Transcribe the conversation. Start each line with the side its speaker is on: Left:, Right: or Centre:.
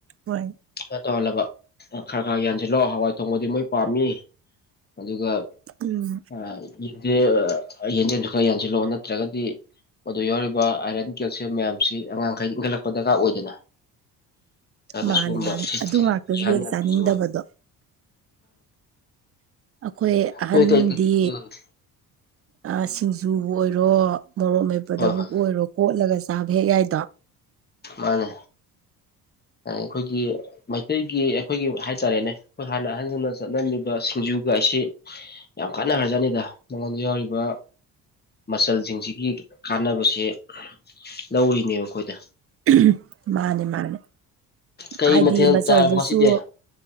Right: ꯍꯣꯏ
Left: ꯈꯥ ꯇꯧꯍꯜꯂꯕ ꯈꯔ ꯈꯔ ꯌꯥꯟꯁꯤꯜꯂꯣ ꯍꯋꯥꯏ ꯊꯣꯡꯕꯗꯤ ꯃꯣꯏ ꯄꯥꯝꯃꯤ ꯑꯗꯨꯒ
Right: ꯎꯝ
Left: ꯑꯥ ꯌꯦꯟꯗꯦ ꯌꯦꯟꯗꯦꯝꯖꯨ ꯈꯔ ꯌꯥꯟꯁꯤꯜꯂꯛꯑꯣ ꯅꯠꯇ꯭ꯔꯥꯒꯗꯤ ꯑꯣꯗꯥ ꯌꯥꯎꯔꯤꯕ ꯑꯥꯏꯔꯟ ꯀꯦꯜꯁꯤꯌꯝ ꯃꯌꯥꯝꯁꯤ ꯑꯉꯥꯡꯈꯩ ꯏꯠꯂꯛ <unintelligible> ꯗꯔꯀꯥꯔ ꯑꯣꯏꯗꯅ ꯑꯗꯨꯅ
Right: ꯃꯥꯅꯦ
Left: ꯁꯤꯒꯨꯝꯕ
Right: ꯃꯥꯅꯦ ꯑꯗꯨ ꯉꯥꯛꯇꯁꯨ
Left: ꯌꯥꯟ
Right: ꯍꯦꯛ
Left: ꯌꯥꯟ
Right: ꯆꯥꯅꯤꯡꯗꯕꯗꯣ
Left: ꯄꯤꯖꯧ
Right: ꯑꯈꯣꯏ ꯑꯍꯟꯗꯤ
Left: ꯅꯣꯏ ꯀꯩ ꯀꯩ ꯎꯝ
Right: ꯑꯥ ꯁꯤꯡꯖꯨꯕꯨ ꯑꯣꯏꯔꯣ ꯃꯣꯔꯣꯛ ꯃꯦꯄꯗꯕꯨ
Left: ꯍꯣꯏ ꯍꯣꯏ
Right: ꯑꯣꯏꯔꯣ ꯀꯣꯠꯂꯒ ꯆꯥꯕ ꯍꯦꯛ ꯌꯥꯏꯗꯣ
Left: ꯃꯥꯅꯦ ꯑꯥ ꯑꯩꯈꯣꯏꯒꯤ ꯃꯩꯇꯩꯒꯤ ꯑꯩꯈꯣꯏꯒꯤ ꯍꯥꯏꯇꯥꯔꯦꯅꯦ ꯑꯩꯈꯣꯏ ꯍꯥꯟꯅ ꯑꯍꯟꯖꯤꯡꯅ ꯆꯠꯅꯃꯤꯕ ꯁꯤꯡꯖꯨꯒꯥꯏꯁꯤ ꯌꯥꯝ ꯀꯥꯟꯅ ꯒ꯭ꯔꯥꯖꯥꯠꯅꯤꯗ ꯃꯉꯣꯟꯗ ꯌꯥꯎꯔꯤꯕ ꯃꯆꯜꯖꯤꯡꯁꯤꯒꯤ ꯀꯥꯟꯅꯕꯁꯦ ꯂꯧꯔꯤꯅꯦꯕ ꯑꯩꯈꯣꯏꯗ
Right: ꯎꯝ ꯃꯥꯅꯦ ꯃꯥꯅꯦ
Left: ꯀꯩ
Right: ꯍꯥꯏꯗꯤ
Left: ꯃꯊꯦꯜ
Right: ꯃꯆꯜꯗꯨꯁꯨ
Left: ꯆꯥꯔꯕ ꯉꯁꯤꯗꯤ